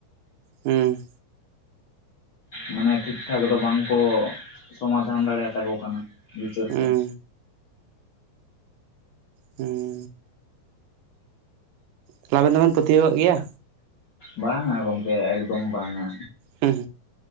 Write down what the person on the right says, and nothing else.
ᱦᱩᱸ᱾
ᱦᱮᱸ
ᱦᱩᱸ᱾ ᱛᱟᱦᱚᱞᱮ ᱟᱵᱮᱱ ᱫᱚᱵᱮᱱ ᱯᱟᱹᱛᱭᱟᱹᱣᱟᱜ ᱜᱮᱭᱟ᱾
ᱦᱚᱸ